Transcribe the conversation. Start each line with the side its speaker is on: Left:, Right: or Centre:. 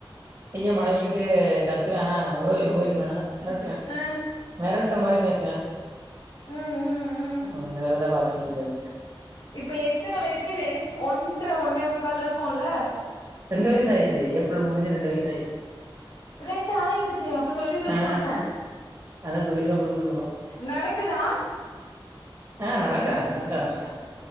Right: கைய மடக்கிட்டு கத்துவா ஓய் ஓய் ன் பா மிரட்டுவா மிரட்டு
Left: ஆ
Right: மிரட்டுற மாரி பேசுவ
Left: ம் ம் ம்
Right: அந்த வேல தா பாத்துக்கிட்டு இருக்காரு
Left: இப்ப எத்தன வயிசு ரெண் ஒன்ற ஒன்னே முக்கால் இருக்குன்ல
Right: ரெண்டு வயிசா ஆய்சு ஏப்ரல் முடிஞ்சு ரெண்டு வயிசு ஆய்சு
Left: ரெண்டு ஆயிடுச்சு அப்ப சொல்லி சொல்லி
Right: ஆ
Left: குடுங்க
Right: அதான் சொல்லி தான் குடுத்துட்டுருக்கோம்.
Left: நடக்குதா
Right: ஆ நடக்கறா நடக்க ஆரம்பிச்சுடா